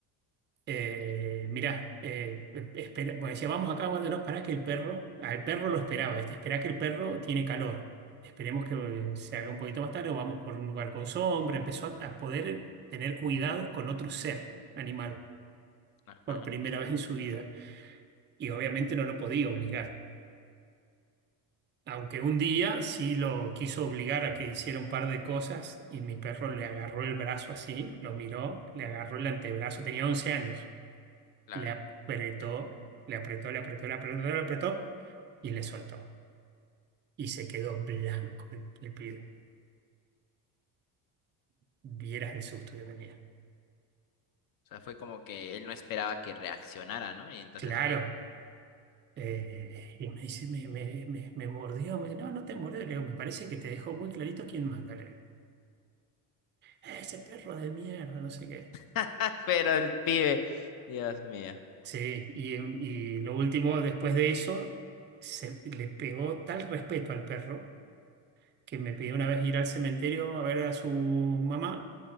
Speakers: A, on the right (about 25°); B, on the left (about 45°).
A: eh, mirá, eh, eh, espera, bueno, decía, vamos acá, vamos, no, para que el perro, al perro lo esperaba, este Esperá que el perro tiene calor, esperemos que eh, se haga un poquito más tarde o vamos por un lugar con sombra, empezó a a poder tener cuidados con otro ser animal
B: Ajá,
A: por primera <laughs> vez en su vida y obviamente no lo podía obligar. Aunque un día sí lo quiso obligar a que hiciera un par de cosas y mi perro le agarró el brazo así, lo miró, le agarró el antebrazo, tenía 11 años,
B: claro.
A: le apretó, le apretó, le apretó, le apretó, le apretó y le soltó. Y se quedó blanco el, el pibe. Vieras el susto que tenía.
B: O sea, fue como que él no esperaba que reaccionara, ¿no? Y entonces
A: Claro.
B: fue como,
A: eh, y me dice, me, me, me, me mordió. Me dice, no, no te mordió. Le digo, me parece que te dejó muy clarito quién manda. Le digo, ese perro de mierda, no sé qué.
B: <laughs> "Ah, pero el pibe, Dios mío.
A: Sí, y, y lo último, después de eso, se le pegó tal respeto al perro que me pidió una vez ir al cementerio a ver a su mamá,